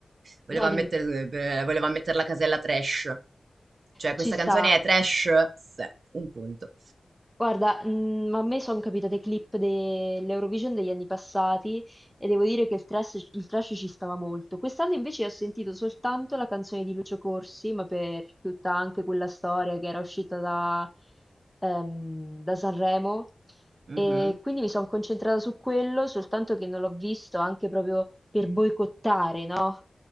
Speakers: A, on the right (about 70°); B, in the centre.
A: voleva
B: No, dimmi.
A: mettere, eh, voleva mettere la casella trash. Cioè, questa
B: Ci sta.
A: canzone è trash? Sì, un punto.
B: Guarda, mm, a me sono capitate clip dell'Eurovision degli anni passati e devo dire che il trash, il trash ci stava molto. Quest'anno invece ho sentito soltanto la canzone di Lucio Corsi, ma per tutta anche quella storia che era uscita da, ehm, da Sanremo.
A: Mhm.
B: E quindi mi sono concentrata su quello, soltanto che non l'ho visto anche proprio per boicottare, no?